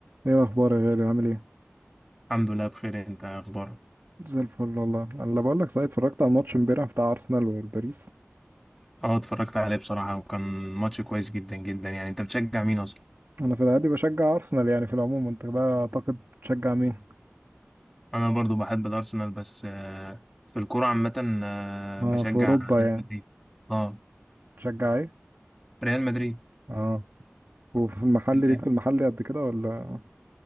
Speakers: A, on the right; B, in the centre.
A: ايه الاخبار يا غالي عامل ايه
B: الحمد لله بخير انت إيه اخبارك
A: زي الفل والله انا لا بقول لك صحيح اتفرجت على الماتش امبارح بتاع ارسنال وباريس
B: اه اتفرجت عليه بصراحة وكان ماتش كويس جدا جدا يعني انت بتشجع مين اصلا
A: انا في العادي بشجع ارسنال يعني في العموم انت بقى اعتقد تشجع مين
B: انا برضو بحب الارسنال بس آه، في الكرة عامة آه،
A: ما
B: بشجع
A: في اوروبا
B: ريال
A: يعني
B: مدريد اه
A: تشجع ايه
B: ريال مدريد
A: اه وفي المحل
B: انت إيه؟
A: ليك في المحل قد كده ولا